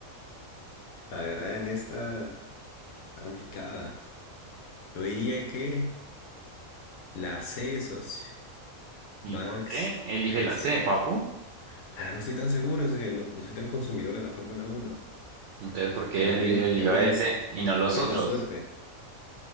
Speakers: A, on the left; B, on the right.
A: La verdad en esta está complicada. Yo diría que la C, socio.
B: ¿Y
A: Max
B: por qué elige
A: Verstappen.
B: la C, papu?
A: Ahora no estoy tan seguro, socio. No, no soy tan consumidor de la Fórmula Uno.
B: Entonces, ¿por qué
A: Pero
B: él
A: a ver,
B: eligió
A: me voy
B: a ese
A: a la, s-
B: y no los
A: me voy
B: otros?
A: a la suerte.